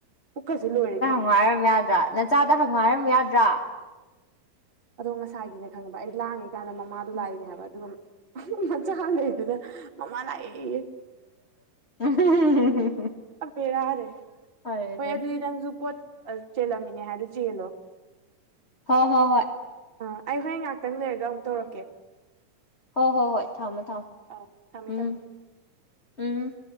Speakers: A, on the right (about 20°); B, on the left (about 25°).
A: ꯄꯨꯛꯀꯁꯤ ꯂꯣꯏꯔꯦ ꯅ
B: ꯍꯪꯉꯥꯏꯔꯝ ꯌꯥꯗ꯭ꯔꯥ ꯅꯆꯥꯗ ꯍꯪꯉꯥꯏꯔꯝ ꯌꯥꯗ꯭ꯔꯥ
A: ꯑꯗꯣ ꯉꯁꯥꯏꯒꯤꯅꯦ ꯈꯪꯕ ꯑꯩ ꯂꯥꯡꯉꯤ ꯀꯥꯟꯗ ꯃꯃꯥꯗꯣ
B: ꯎꯝ
A: ꯂꯥꯛꯏꯅꯦ ꯍꯥꯏꯕ ꯑꯗꯨꯒ ꯃꯆꯥ ꯑꯃ ꯂꯩꯗꯨꯅ ꯃꯃꯥ ꯂꯥꯛꯑꯦ
B: ꯎꯝ
A: ꯐꯦꯔ ꯍꯔꯦ
B: ꯐꯔꯦ ꯑꯗꯨꯗꯤ
A: ꯍꯗꯤ ꯅꯪꯁꯨ ꯄꯣꯠ ꯆꯦꯜꯂꯝꯃꯤꯅꯦ ꯍꯥꯏꯗꯣ ꯆꯦꯜꯂꯣ
B: ꯍꯣꯏ ꯍꯣ ꯍꯣꯏ
A: ꯑꯥ ꯑꯩ ꯍꯣꯔꯦꯟ ꯉꯥꯏꯍꯥꯛꯇꯪ ꯂꯩꯔꯒ ꯑꯃꯨꯛ ꯇꯧꯔꯛꯀꯦ
B: ꯍꯣꯏ ꯍꯣꯏ ꯍꯣꯏ ꯊꯝꯃꯣ ꯊꯝꯃꯣ
A: ꯑꯧ ꯊꯝꯃꯦ
B: ꯎꯝ
A: ꯊꯝꯃꯦ
B: ꯎꯝ